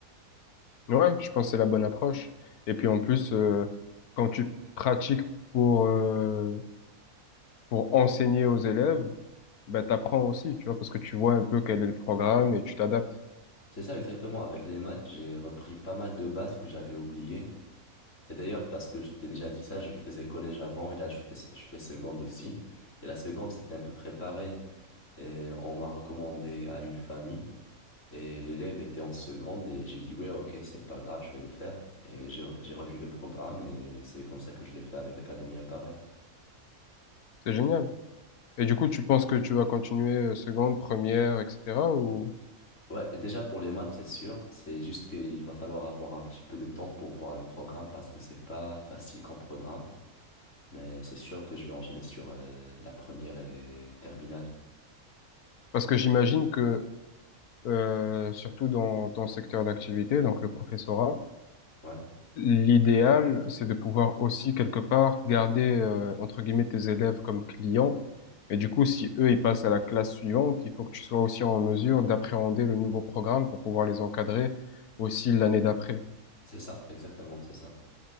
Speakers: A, on the left; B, on the left.
A: Ouais, je pense que c'est la bonne approche. Et puis en plus, euh, quand tu pratiques pour... euh, pour enseigner aux élèves, ben, t'apprends aussi, tu vois, parce que tu vois un peu quel est le programme et tu t'adaptes.
B: C'est ça exactement, avec les maths, j'ai repris pas mal de bases que j'avais oubliées. Et d'ailleurs, parce que je t'ai déjà dit ça, je faisais collège avant et là, je fais, je fais seconde aussi. Et la seconde, c'était un peu préparé. Et on m'a recommandé à une famille et l'élève était en seconde et j'ai dit, ouais, ok, c'est pas grave, je vais le faire. Et j'ai j'ai revu le programme et c'est comme ça que je l'ai fait avec Academia pareil.
A: C'est génial. Et du coup, tu penses que tu vas continuer euh, seconde, première, etc. ou...
B: Ouais, déjà pour les maths, c'est sûr. C'est juste qu'il va falloir avoir un petit peu de temps pour voir le programme parce que c'est pas facile comme programme. Mais c'est sûr que je vais enchaîner sur euh, la première et terminale.
A: Parce que j'imagine que, euh, surtout dans ton secteur d'activité, donc le professorat,
B: Ouais,
A: l'idéal, c'est de pouvoir aussi quelque part garder, euh, entre guillemets, tes élèves comme clients. Et du coup, si eux, ils passent à la classe suivante, il faut que tu sois aussi en mesure d'appréhender le nouveau programme pour pouvoir les encadrer aussi l'année d'après.
B: c'est ça, exactement, c'est ça.